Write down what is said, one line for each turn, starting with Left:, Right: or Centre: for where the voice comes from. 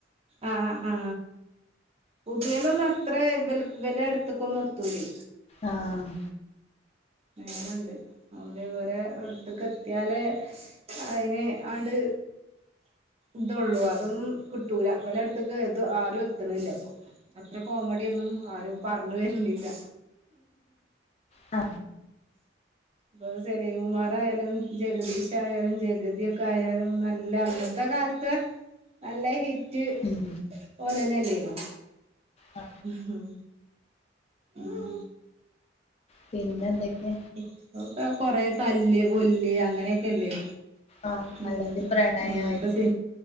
Right: ആ ആ ആ പുതിയൊലൊന്നും അത്ര ഇവ് ഇവലെ എടുത്തക്കൊന്നും എത്തൂലേ
Left: ആഹ്
Right: ങ്ങനെണ്ട് ഓര് ഇവരെ അടുത്തക്ക് എത്തിയാലേ അയിന് ആണ്ട് ഇതൊള്ളൂ അതൊന്നും കിട്ടൂല ഇവലെടുത്തുക്ക് ത് ആരും എത്ത്ണില്ല ഇപ്പൊ അത്ര കോമഡി ഒന്നും ആരും പറഞ്ഞ് വരണില്ല
Left: ആ
Right: ഇപ്പൊ സലീം കുമാർ ആയാലും ജഗദീഷയാലും ജഗതി യൊ ക്കെയാലും നല്ല അന്നത്തെ കാലത്ത് നല്ല ഹിറ്റ്
Left: ഉം
Right: ഓലെന്നല്ലേനോ
Left: ആ
Right: ഉം ഉം
Left: പിന്നെന്തൊക്കെ
Right: ഇപ്പൊക്കെ കൊറെ തല്ല് കൊല്ല് അങ്ങനെക്കെല്ലേ
Left: ആഹ്
Right: ഉം
Left: അല്ലെങ്കിൽ പ്രണയായിട്ട്
Right: അങ്ങനത്തെ സി